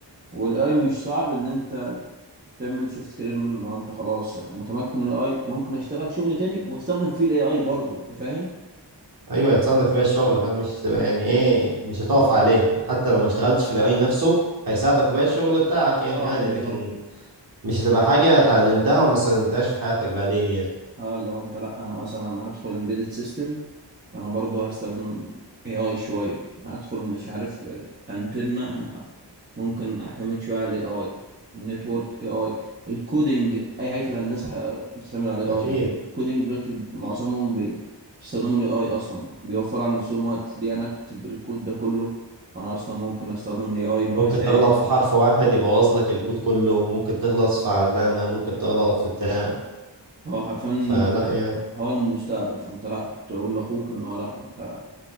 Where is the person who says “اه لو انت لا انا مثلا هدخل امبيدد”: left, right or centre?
Right